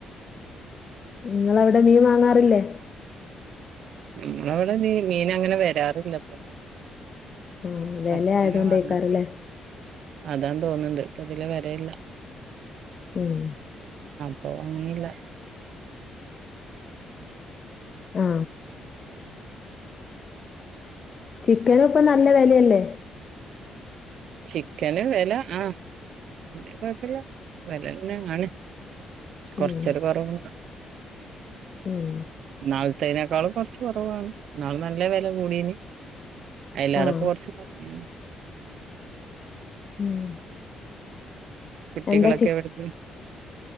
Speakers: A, on the left; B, on the right.
A: നിങ്ങളവിടെ മീൻ വാങ്ങാറില്ലേ
B: നമ്മളവിടെ മീൻ അങ്ങനെ വരാറില്ലപ്പൊ
A: ആ വില
B: അപ്പൊ എങ്ങനെ
A: ആയതുകൊണ്ടേക്കാരല്ലേ
B: വാങ്ങ അതാന്ന് തോന്നുന്നുണ്ട് ഇതിലെ വരയില്ല
A: ഉം
B: അപ്പൊ അങ്ങനയില്ല
A: ആ ചിക്കന് ഇപ്പ നല്ല വിലയല്ലേ
B: ചിക്കന് വില ആ പിന്നെ കുഴപ്പില്ല വിലന്നെ ആണ് കൊറച്ചട്
A: ഉം
B: കൊറവുണ്ട്
A: ഉം
B: ന്നാളത്തെയ്നെക്കാളും കൊറച്ച് കുറവാണ് ന്നാള് നല്ല വെല കൂടീന്. അയ്ലെറപ്പ
A: ആഹ്
B: കുറച്ച് <unintelligible>
A: ഉം.
B: കുട്ടികളൊക്കെ
A: എന്താ
B: എവിടെ പോയി.